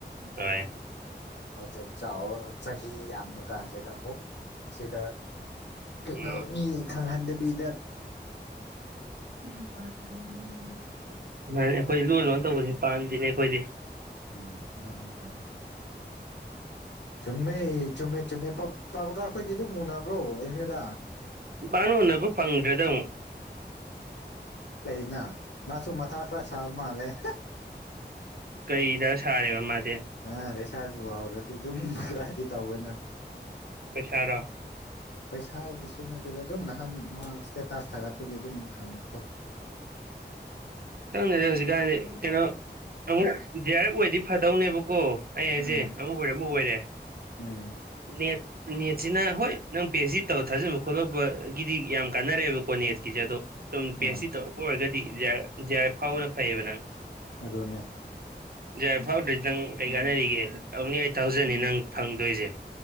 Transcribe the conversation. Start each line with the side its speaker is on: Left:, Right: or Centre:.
Right: ꯍꯣꯏ
Left: ꯑ ꯍꯧꯖꯤꯛ ꯆꯥꯔꯥ ꯆꯍꯤ ꯌꯥꯝꯀꯥꯟꯁꯤꯗ ꯑꯃꯨꯛ ꯁꯤꯗ ꯀꯩꯅꯣ
Right: ꯎꯝ
Left: ꯃꯤ ꯈꯪꯍꯟꯗ ꯕꯤꯗꯠ
Right: <unintelligible> ꯃꯥꯅꯦ ꯂꯣꯟ ꯂꯣꯟ ꯇꯧꯕꯅ ꯄꯥꯝꯗꯦꯅꯦ ꯑꯩꯈꯣꯌꯒꯤ
Left: ꯎꯝ ꯑꯗꯨꯅꯦ ꯗꯨ ꯆꯨꯝꯃꯦ ꯆꯨꯝꯃꯦ ꯆꯨꯝꯃꯦ ꯄꯕ ꯞꯕꯀꯔ ꯈꯣꯏꯗꯤ ꯑꯗꯨꯝ ꯎꯅꯕꯔꯣ ꯑꯝ ꯌꯨ ꯗ
Right: ꯄꯪ ꯎꯅꯕ ꯐꯪꯗ꯭ꯔꯦꯗ
Left: ꯅ ꯃꯥꯁꯨ ꯃꯊꯥ ꯈꯔ ꯁꯥꯕ ꯃꯥꯜꯂꯦ
Right: ꯀꯩꯗ ꯁꯥꯔꯦꯕ ꯃꯥ
Left: <unintelligible> ꯑꯗꯨꯝꯒꯇꯗꯤ ꯇꯧꯋꯦꯅ
Right: ꯄꯩꯁꯥꯔꯥ
Left: ꯄꯩꯁꯥꯒꯤꯁꯨ ꯅꯠꯇꯦꯗ ꯑꯗꯨꯝ ꯅꯍꯥꯟ ꯃꯥ ꯏꯁꯇꯦꯇꯥꯁ ꯊꯥꯒꯠꯄꯒꯤ ꯑꯗꯨꯝ ꯈꯪꯕꯀꯣ
Right: ꯈꯪꯗꯦꯗ ꯍꯧꯖꯤꯀꯟꯁꯦ ꯀꯩꯅꯣ ꯑꯃꯨꯛ ꯖꯤꯦ ꯑꯥꯔ ꯑꯦꯐ ꯑꯣꯏꯗꯤ ꯐꯗꯧꯅꯦꯕꯀꯣ ꯑꯩ ꯑꯩꯁꯦ
Left: ꯎꯝ
Right: ꯑꯃꯨꯛ ꯑꯣꯏꯔꯦ ꯑꯃꯨꯛ ꯑꯣꯏꯔꯦ
Left: ꯎꯝ
Right: ꯅꯦꯠ ꯅꯦꯠꯁꯤꯅ ꯍꯣꯏ ꯅꯪ ꯄꯤ ꯑꯩꯆ ꯗꯤ ꯇꯧ ꯊꯥꯖꯤꯟ ꯈꯣꯠꯂꯛꯄꯒꯤꯗꯤ ꯌꯥꯝ ꯀꯥꯟꯅꯔꯛꯑꯦꯕꯀꯣ ꯅꯦꯠꯀꯤꯁꯦ ꯑꯗꯣ ꯁꯨꯝ ꯄꯤ
Left: ꯑꯥ
Right: ꯑꯩꯆ ꯗꯤ ꯇꯧꯔꯛꯄ ꯑꯣꯏꯔꯒꯗꯤ ꯖꯤ ꯑꯔ ꯑꯗ ꯐꯥꯎꯅ ꯐꯩꯌꯦꯕ ꯅꯪ
Left: ꯑꯗꯨꯅꯦ
Right: ꯌꯥ ꯐꯥꯎꯗ꯭ꯔꯤ ꯅꯪ ꯀꯩ ꯀꯥꯟꯅꯔꯤꯒꯦ ꯑꯣꯡꯂꯤ ꯑꯩꯠ ꯊꯥꯎꯖꯟꯅꯤ ꯅꯪ ꯐꯪꯗꯣꯏꯁꯦ